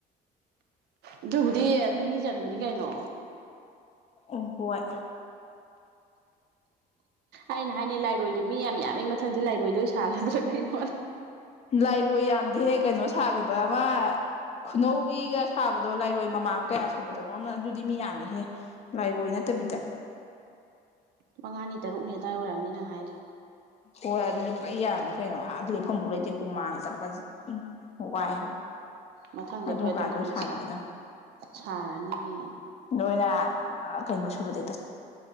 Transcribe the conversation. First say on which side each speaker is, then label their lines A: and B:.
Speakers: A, on the right; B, on the left.
A: ꯑꯗꯨꯕꯨꯗꯤ ꯅꯤꯅꯤ ꯆꯟꯕꯅꯤ ꯀꯩꯅꯣ
B: ꯑꯣ ꯍꯣꯏ
A: ꯑꯩꯅ ꯍꯥꯏꯅꯦ ꯂꯥꯏꯔꯣꯏꯗ ꯃꯤ ꯌꯥꯝ ꯌꯥꯝꯃꯤ ꯃꯊꯪꯗꯤ ꯂꯥꯏꯔꯣꯏꯗꯣꯏ ꯁꯥꯜꯂꯗ꯭ꯔꯥ ꯀꯩꯅꯣ
B: ꯂꯥꯏꯔꯣꯏ ꯌꯥꯝꯗꯦꯍꯦ ꯀꯩꯅꯣ ꯁꯥꯈꯤꯕ ꯑꯃ ꯈꯨꯅꯧꯒꯤꯒ ꯁꯥꯕꯗꯣ ꯂꯥꯏꯔꯣꯏ ꯃꯃꯥꯡ ꯀꯌꯥ ꯁꯨꯕꯗꯅꯣ ꯑꯗꯨꯗꯤ ꯃꯤ ꯌꯥꯝꯃꯤꯍꯦ ꯂꯥꯏꯔꯣꯏꯅ ꯇꯕꯤꯗ
A: ꯃꯉꯥꯅꯤ ꯇꯔꯨꯛꯅꯤ ꯑꯗꯨꯗꯥꯋꯥꯏ ꯑꯣꯏꯔꯝꯅꯤ ꯅꯪ ꯍꯥꯏꯗꯣ
B: ꯍꯣꯏ ꯑꯗꯨꯗꯤ ꯄꯨꯔꯥ ꯌꯥꯝꯃꯤ ꯀꯩꯅꯣ ꯑ ꯂ ꯂꯩꯞꯐꯝꯐꯥꯎ ꯂꯩꯇꯦ ꯍꯨꯃꯥꯡ ꯆꯠꯄ꯭ꯔ ꯎ ꯋꯥꯏ
A: ꯃꯊꯪꯗꯤ
B: ꯑꯗꯨꯝ
A: ꯑꯩꯈꯣꯏ
B: ꯀꯥꯟ ꯂꯣꯏ
A: ꯀꯥꯟꯗ
B: ꯁꯥꯥꯟꯒꯗꯕ
A: ꯁꯥꯔꯅꯤ
B: ꯅꯣꯏꯅ ꯀꯩꯅꯣ ꯁꯨꯕꯗꯤ